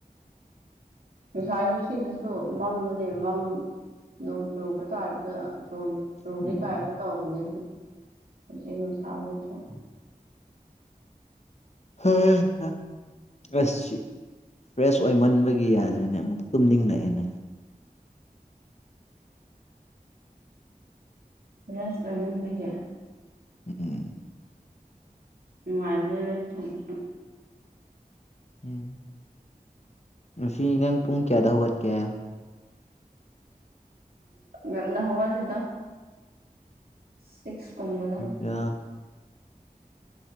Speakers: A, on the right; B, on the left.
A: ꯎ ꯄꯁꯥꯁꯨ ꯁꯤꯗꯁꯨ ꯃꯝꯕꯅꯦ ꯃꯝ ꯅꯣꯡ ꯆꯨꯕ ꯇꯥꯏꯞꯇ ꯆꯣꯡ ꯇꯣꯡꯒꯦ
B: ꯎꯝ
A: ꯀꯥꯏꯗ ꯇꯧꯕꯧꯕꯅꯦ ꯑꯗꯨ ꯅꯨꯡꯁꯥ ꯃꯨꯊ
B: <unintelligible> ꯑꯁ ꯐ꯭ꯔꯦꯁ ꯑꯣꯏꯃꯟꯕꯒꯤ ꯌꯥꯗ꯭ꯔꯦꯅꯦ ꯑꯃꯨꯛ ꯇꯨꯝꯅꯤꯡꯉꯛꯑꯦꯅꯦ
A: ꯔ꯭ꯔꯁ ꯂꯍꯟꯕꯒꯤ
B: ꯎꯝ
A: ꯅꯨꯡꯉꯥꯏꯕꯅꯦ ꯔꯦꯁ ꯇꯧꯕꯁꯨ
B: ꯎꯝ ꯉꯁꯤ ꯅꯪ ꯄꯨꯡ ꯀꯌꯥꯗ ꯍꯧꯒꯠꯀꯦ
A: ꯌꯥꯝꯅ ꯍꯧꯋꯥꯁꯤꯗ ꯁꯤꯛꯁ ꯀꯨꯝꯕꯗ
B: ꯌꯥ